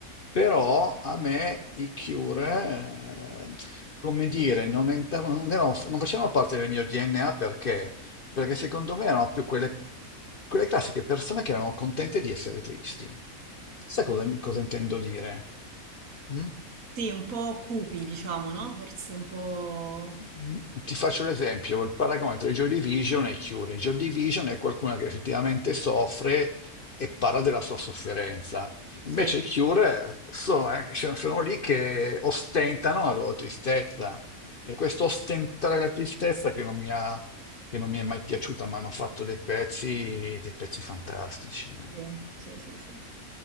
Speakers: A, on the left; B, on the right.
A: Però a me i Cure, eh, come dire, non, entravano, non, erano- non facevano parte del mio DNA perché, perché secondo me erano più quelle, quelle classiche persone che erano contente di essere tristi. Sai cosa, cosa intendo dire? Mm?
B: Sì, un po' cupi, diciamo, no? Forse un po'...
A: Ti faccio l'esempio, il paragone tra i Joy Division e i Cure. I Joy Division è qualcuno che effettivamente soffre e parla della sua sofferenza.
B: Sì.
A: Invece i Cure sono, eh, sono- sono lì che ostentano la loro tristezza. E questo ostentare la tristezza che non mi ha- che non mi è mai piaciuta, ma hanno fatto dei pezzi, dei pezzi fantastici. eh.
B: Sì, sì, sì, sì.